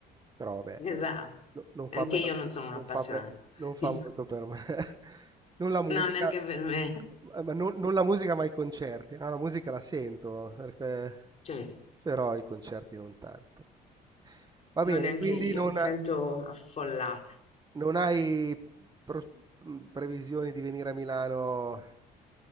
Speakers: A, on the right (about 25°); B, on the left (about 40°).
A: Però vabbè,
B: esa
A: non, non- non
B: Anche
A: fa per-
B: io non sono un'appassionata.
A: non fa per- non
B: <laughs>
A: fa
B: Dico,
A: molto per me. <laughs> Non la musica,
B: no, neanche per me.
A: eh, ma non, non la musica, ma i concerti. Ah, la musica la sento, perché...
B: Certo,
A: però i concerti non tanto. Va bene,
B: no, neanche
A: quindi
B: io.
A: non,
B: Mi sento affollata.
A: non hai pro- previsioni di venire a Milano